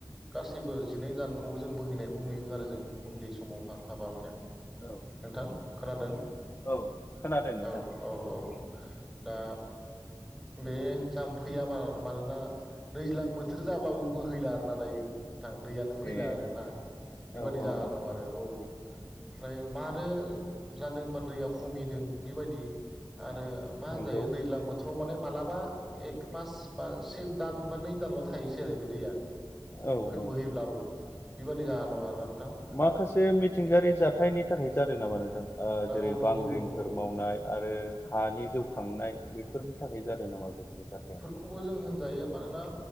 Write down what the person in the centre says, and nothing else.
गासैबो जिनै गानखौबो जों बोहैनायखौ नुयोमोन आरो जों उन्दै समावहा थाब मानया
नोंथां खोनादों
औ। औ औ दा बे जाम्फैया मा मानोना दैज्लां बोथोर जाब्लाबो बोहैला आरोना दायो नोंथां दैयानो फैला
आरो ना बेबादि
जाना दं आरो औ ओमफ्राय मारो जादों होनबा दैया खमिदों बेबायदि आरो मा होनजायो
दैजां बो थोराव माने मालाबा एक मास बा से दान बा नै दानल' थाहैसै आरो बे दैया
फै
बोहैब्लाबो बेबादि जाना दं आरोना नोंथां।
औ
औ नंगौ
नंगौ
खौबो जों होनजायो मानोना